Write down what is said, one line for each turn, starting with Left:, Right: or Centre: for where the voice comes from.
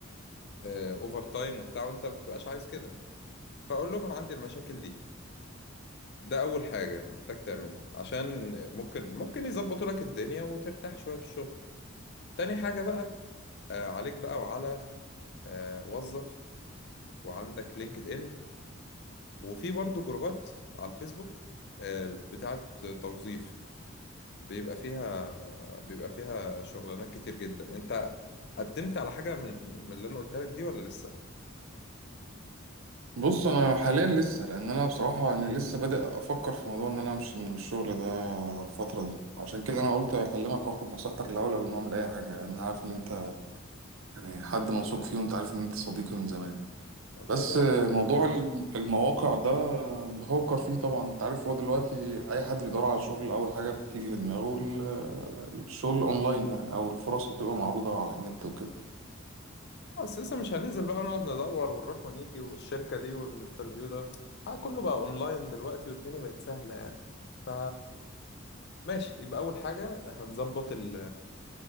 Left: آه، اوفر تايم وبتاع وانت ما بتبقاش عايز كده فاقول لهم انا عندي المشاكل دي ده أول حاجة محتاج تعملها عشان ممكن ممكن يظبطوا لك الدنيا وترتاح شوية في الشغل تاني حاجة بقى آه عليك بقى وعلى آه وظف وعندك لينكد إن وفي برضو جروبات على الفيسبوك آه بتاعت توظيف بيبقى فيها بيبقى فيها شغلانات كتير جدا انت قدمت على حاجة من, من اللي انا قلت لك دي ولا لسه؟
Right: بص انا حاليا لسه لان انا بصراحه انا لسه بادئ افكر في موضوع ان انا امشي من الشغل ده الفتره دي عشان كده انا قلت اكلمك واخد نصيحتك الاول قبل ما اعمل اي حاجه لان انا عارف ان انت يعني حد موثوق فيه وانت عارف ان انت صديقي من زمان
Left: الله
Right: بس
Left: يبارك
Right: موضوع الم- المواقع ده بفكر فيه طبعا انت عارف هو دلوقتي اي حد بيدور على شغل اول حاجه بتيجي في دماغه ال- الشغل اونلاين يعني او الفرص اللي بتبقى معروضه على النت وكده
Left: بس لسه مش هننزل بقى ونقعد ندور ونروح ونيجي والشركة دي والانترفيو ده آه، كله بقى اونلاين دلوقتي والدنيا بقت سهلة يعني ف ماشي يبقى اول حاجة هنظبط ال